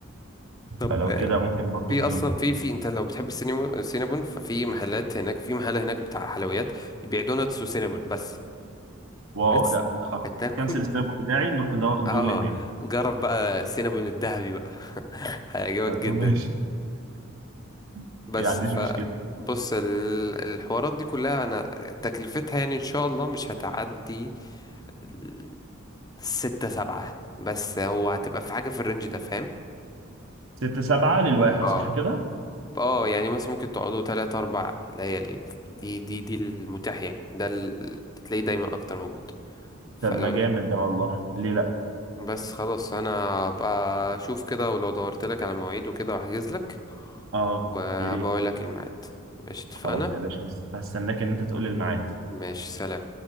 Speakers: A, on the left (about 20°); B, on the right (about 65°).
A: طب
B: فلو
A: آه،
B: كده ممكن برضه
A: في
B: نجيب
A: اصلا في في انت لو بتحب السينما- السينابون ففي محلات هناك في محل هناك بتاع حلويات بيبيع دوناتس وسينابون بس
B: واو
A: بس
B: ده ده خلاص
A: هتاكل
B: كنسل السينابون بتاعي نروح ندو- ندول
A: اه
B: هناك
A: جرب بقى السينابون الذهبي بقى <laughs> هيعجبك
B: آه،
A: جدا
B: ماشي <laughs>
A: بس
B: ما عنديش
A: ف
B: مشكله
A: بص ال- الحوارات دي كلها انا تكلفتها يعني ان شاء الله مش هتعدي ال- ستة سبعة بس هو هتبقى في حاجة في الرينج ده فاهم
B: ستة سبعة للواحد
A: اه
B: صح كده؟
A: اه يعني مثلا ممكن تقعدوا تلات اربع ليالي دي دي دي المتاح يعني ده ال- تلاقيه دايما اكتر موجود فلو
B: طب ما جامد ده والله ليه لا؟
A: بس خلاص انا بقى اشوف كده ولو دورت لك على مواعيد وكده واحجز لك
B: اه
A: وهبقى
B: يا ريت
A: اقول لك الميعاد ماشي اتفقنا
B: خلاص يا باشا بس هستناك ان انت تقول لي الميعاد
A: ماشي سلام